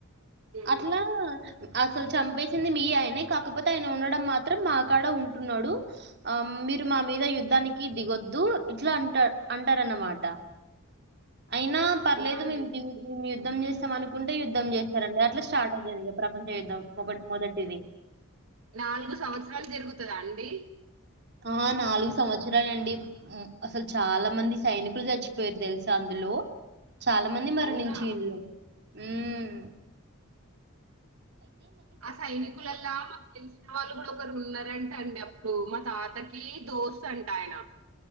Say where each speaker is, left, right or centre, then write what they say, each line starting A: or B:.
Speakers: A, on the right; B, on the right.
A: అట్లా
B: ఉమ్.
A: అసలు చంపేసింది మీ ఆయనే కాకపోతే ఆయన ఉండడం మాత్రం మాకడ ఉంటున్నడు. ఆ మీరు మా మీద యుద్ధానికి దిగొద్దు ఇట్లా అంట అంటారన్నమాట అయినా పర్లేదు
B: అవునా అండి
A: మేము దిన్ కి యుద్ యుద్ధం చేస్తాం అనుకుంటే యుద్ధం చేస్తారండి. అట్లా స్టార్ట్ అయితది ప్రపంచ యుద్ధం ఒక మొదటిది
B: నాలుగు సంవత్సరాలు జరుగుతుదా అండి
A: ఆ నాలుగు సంవత్సరాలండి అసలు మ్ చాలా మంది సైనికులు సచ్చిపోయిరు. తెలుసా అందులో చాలా మంది మరణించిండ్లు
B: అవునా
A: ఉమ్
B: ఆ సైనికులల్లా మాకు తెలిసిన వాళ్ళు కూడా ఒకరు ఉన్నారండి. అండి అప్పుడు మా తాతకి దోస్తు అంట ఆయన